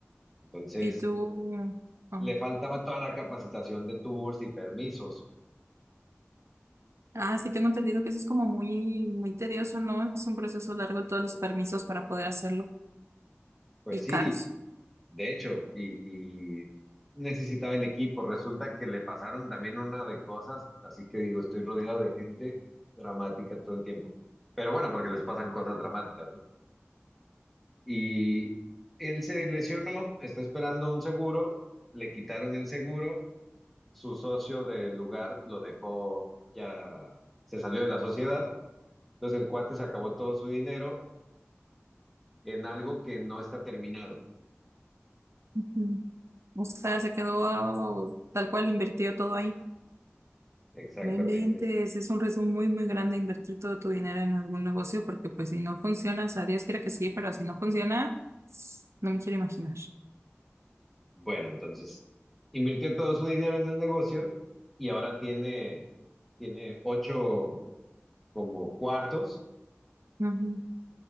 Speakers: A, in the centre; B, on the right.
A: Entonces,
B: ¿Y tú? Ah.
A: le faltaba toda la capacitación de tours y permisos.
B: Ah, sí, tengo entendido que eso es como muy, muy tedioso, ¿no? Es un proceso largo todos los permisos para poder hacerlo
A: Pues
B: y
A: sí,
B: caros.
A: De hecho, y, y necesitaba el equipo. Resulta que le pasaron también una de cosas, así que digo, estoy rodeado de gente dramática todo el tiempo. Pero bueno, porque les pasan cosas dramáticas, ¿no? Y él se lesionó, está esperando un seguro, le quitaron el seguro, su socio del lugar lo dejó, ya se salió de la sociedad, entonces el cuate se acabó todo su dinero en algo que no está terminado.
B: Ujú. O sea, se quedó tal cual, invirtió todo ahí.
A: Exactamente.
B: No inventes, es un riesgo muy, muy grande invertir todo tu dinero en algún negocio porque pues si no funciona, o sea, Dios quiera que sí, pero si no funciona, no me quiero imaginar.
A: Bueno, entonces invirtió todo su dinero en el negocio y ahora tiene, tiene ocho como cuartos
B: Ujú.